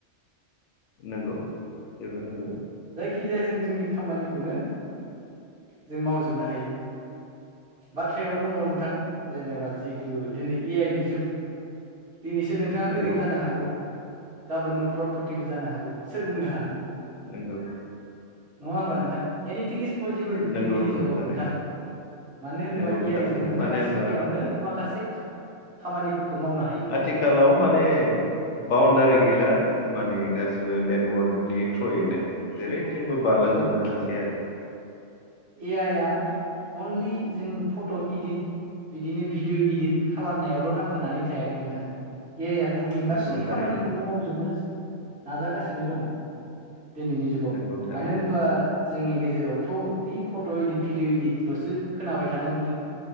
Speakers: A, on the left (about 70°); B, on the right (about 50°).
A: नंगौ बेबो नोंगौ
B: खिजाया जों जोंनि खामानिखौनो जों मावजोबनो हायो। बाथ्रायाव दङ' नोंथां जेनेबा जिहेथु दोनै ए आइ नि जुग दिनैसो नोंथाङा
A: नंगौ
B: गोरिब जानो हागौ गाबोननो ख्रर फथिबो जानो हागौ सोर बुंनो हानो
A: नोंगौ
B: नङा होमबा नोंथां एनिथिं इस पजिबोल
A: नंगौ
B: दिनैनि
A: नंगौ
B: जुगाव
A: थारैनो
B: नोंथां मानो होनोबा
A: नंगौ
B: ए
A: थारैनो
B: आइ जों नोंथाङा
A: मानो होनबा
B: सेकेण्डआवनो माखासे खा खामानिफोरखौ मावनो हायो।
A: थिखालाव माने बाउणडारि गैला माने गास ओ नेटवर्कनि थ्रयैनो जेरैथिंबो बारलांजोबनो
B: औ
A: हासै आरो
B: ए आइआ अनलि जों फ'ट' इडिट बिदिनो भिडअ' इडिट खालामनायावल' नांथानानै थायाखै नोंथां ए आइ आ बुहुमनि गासै
A: नंगौ थारैनो
B: खामानिखौनो मावजोबनो नाजागासिनो दङ' दोनैनि जुगाव
A: नंगौ थारैनो
B: मानो होनबा जोंनि गेजेरावथ' बे फट' इदित भिडिअ इदितल'सो खोनाबाय थानो मोनद